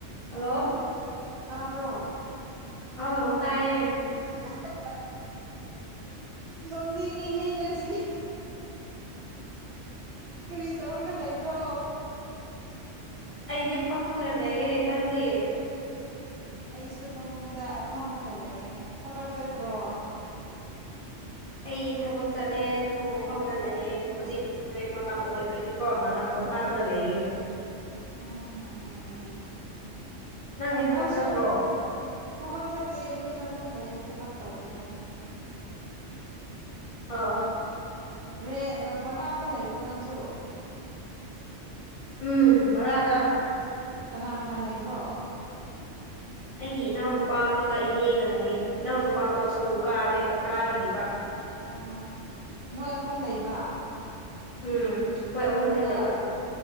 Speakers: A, on the left; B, on the right.
A: hello
B: ꯇꯥꯕ꯭ꯔꯣ
A: ꯑꯧ ꯇꯥꯏꯌꯦ
B: <unintelligible> ꯅꯣꯡꯅꯤꯡꯉꯤꯍꯦ ꯅꯪꯁꯤꯗꯤ ꯀꯔꯤ ꯇꯧꯔꯒ ꯂꯩꯕ꯭ꯔꯣ
A: ꯑꯩꯗꯤ ꯐꯝꯃꯒ ꯂꯩꯌꯦ ꯅꯪꯗꯤ
B: ꯑꯩꯁꯨ ꯐꯝꯕꯨꯡꯗ ꯑ ꯐꯝꯃꯒ ꯂꯑꯦ ꯊꯕꯛ ꯆꯠꯇ꯭ꯔꯣ
A: ꯑꯩ ꯊꯕꯛ ꯆꯠꯂꯦ ꯊꯕꯛ ꯃꯐꯝꯗ ꯂꯩꯌꯦꯦ ꯍꯧꯖꯤꯛ ꯕ꯭ꯔꯦꯛ ꯃꯇꯝ ꯑꯣꯏꯕꯒꯤ ꯀꯣ ꯉꯥꯏꯍꯥꯛ ꯄꯣꯊꯥꯕꯗ ꯂꯩꯌꯦꯦ
B: ꯑꯣ ꯌꯥꯝ ꯐꯩꯅꯦ
A: ꯅꯪꯗꯤ ꯊꯕꯛ
B: ꯅꯪꯁꯨ
A: ꯆꯠꯇ꯭ꯔꯣ
B: ꯊꯕꯛ ꯆꯠꯇꯦ ꯌꯨꯝꯗ ꯑꯗꯨꯝ ꯂꯩꯌꯦ ꯊꯕꯛ ꯇꯧꯗꯦꯅ ꯑꯩꯈꯣꯏꯗꯤ
A: ꯑꯣ
B: ꯔꯦ ꯕꯔꯥꯗ ꯂꯩꯕ꯭ꯔꯣ ꯅꯪꯁꯨ
A: ꯎꯝ ꯃꯔꯔꯗ
B: ꯀꯅꯥ ꯀꯅꯥ ꯀꯅꯥ ꯂꯩꯕ꯭ꯔꯣ
A: ꯑꯩꯒꯤ ꯏꯅꯥꯎꯅꯨꯄꯥ ꯑꯃꯒ ꯏꯅꯦꯒ ꯂꯩꯌꯦ ꯏꯅꯥꯎꯅꯨꯄꯥꯗꯣ ꯁ꯭ꯀꯨꯜ ꯀꯥꯔꯦ ꯀꯥꯔꯤꯑꯕ
B: ꯑꯣ ꯅꯣꯏ ꯑꯍꯨꯝ ꯂꯩꯕ
A: ꯎꯝ ꯑꯍꯨꯝꯅꯦ
B: ꯑꯗꯨꯒ
A: ꯂꯩꯕ